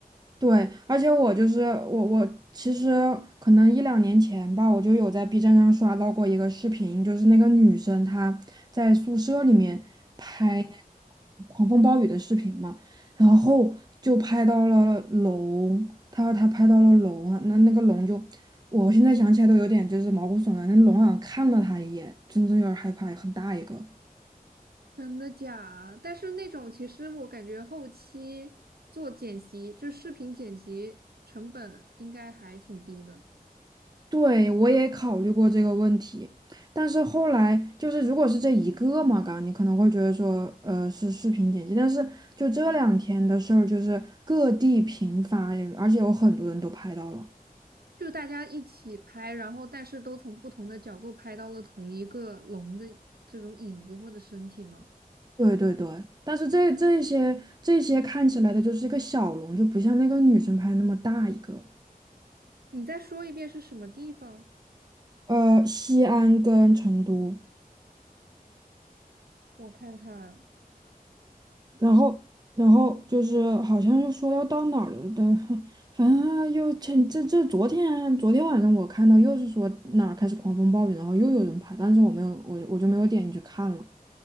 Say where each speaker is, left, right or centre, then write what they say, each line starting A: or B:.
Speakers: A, on the right; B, on the right.
A: 对，而且我就是我，我其实可能一两年前吧，我就有在 B 站上刷到过一个视频，就是那个女生她在宿舍里面拍那
B: 嗯。
A: 个狂风暴雨的视频嘛，然后就拍到了龙，她她拍到了龙啊，那那个龙就，我现在想起来都有点就是毛骨悚然，那龙好像看了她一眼，真正有点害怕，很大一个。
B: 真的假？但是那种其实我感觉后期做剪辑，就视频剪辑成本应该还挺低的，
A: 对，我也考虑过这个问题，但是后来就是，如果是这一个嘛，刚你可能会觉得说，呃，是视频剪辑，但是就这两天的事儿，就是各地频发，也而且有很多人都拍到了。
B: 就大家一起拍，然后但是都从不同的角度拍到了同一个龙的这种影子或者身体吗？
A: 对对对，但是这这些这些看起来的就是一个小龙，就不像那个女生拍那么大一个。
B: 你再说一遍是什么地方？
A: 呃，西安跟成都。
B: 我看看，
A: 然后，然后就是好像又说要到哪儿了的，反正又前这这昨天昨天晚上我看到又是说哪儿开始狂风暴雨，然后又有人拍，但是我没有我我就没有点进去看了。